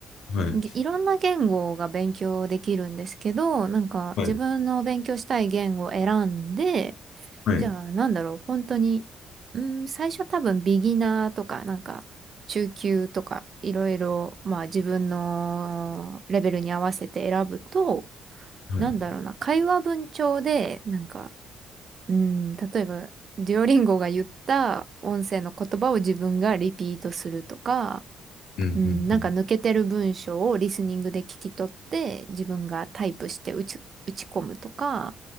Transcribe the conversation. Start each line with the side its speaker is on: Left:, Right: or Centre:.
Left: いはい。
Right: げいろんな言語が勉強できるんですけど、なんか自分の勉強したい言語を選んで、
Left: はい。はい。
Right: じゃあ、なんだろう、本当に、うーん、最初多分ビギナーとか、なんか、中級とか、いろいろ、まあ自分のレベルに合わせて選ぶと、
Left: はい。
Right: なんだろうな、
Left: うん、
Right: 会話文帳で、なんか、うーん、例えば、デュオリンゴが言った音声の言葉を自分がリピートするとか、
Left: うん、
Right: うん、
Left: うん。
Right: なんか抜けてる文章をリスニングで聞き取って、自分がタイプして打ち、打ち込むとか、